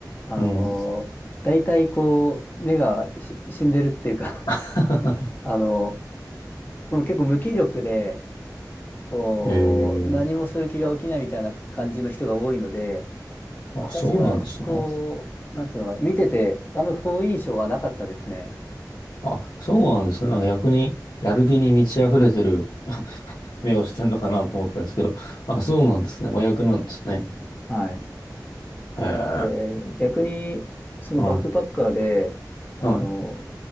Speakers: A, on the left; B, on the left.
A: あのー、
B: うん。
A: 大体こう、目がし死んでるっていうか
B: <laughs>
A: <laughs> あのもう結構無気力で、こう、
B: ええ
A: 何もする気が起きないみたいな感じの人が多いので、私はこう、
B: あ、そうなんですね。
A: なんつうのかな、見てて、あんまり好印象はなかったですね。
B: あ、そうなんですね。なんか逆に、やる気に満ち溢れてる <laughs> 目をしてんのかなと思ったんですけど、あ、そうなんですね。真逆なんですね。
A: はい。
B: へえ、
A: で、逆に、そのバックパッカーで、
B: はい。
A: あの
B: はい。